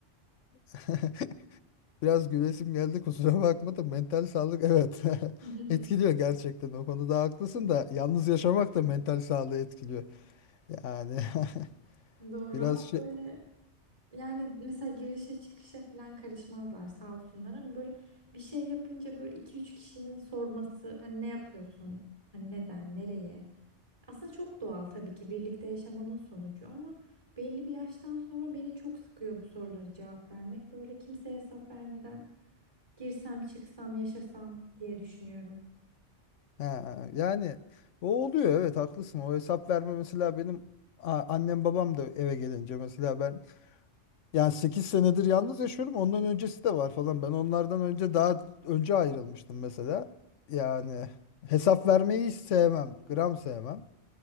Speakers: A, on the left; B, on the right.
A: <laughs> Biraz gülesim geldi kusura bakma da mental sağlık evet <laughs>
B: <laughs>
A: etkiliyor gerçekten o konuda haklısın da yalnız yaşamak da mental sağlığı etkiliyor. Yani <laughs>
B: Doğru
A: biraz
B: ama
A: şey
B: böyle Yani mesela girişe çıkışa falan karışmazlar sağ olsunlar ama böyle bir şey yapınca böyle iki üç kişinin sorması hani ne yapıyorsun? Hani neden? Nereye? Aslında çok doğal tabii ki birlikte yaşamanın sonucu ama belli bir yaştan sonra beni çok sıkıyor bu soruları cevap vermek. Böyle kimseye hesap vermeden girsem, çıksam, yaşasam diye düşünüyorum.
A: Ha, yani o oluyor evet haklısın. O hesap verme mesela benim a- annem babam da eve gelince mesela ben yani 8 senedir yalnız yaşıyorum. Ondan öncesi de var falan. Ben onlardan önce daha önce ayrılmıştım mesela. Yani hesap vermeyi hiç sevmem. Gram sevmem.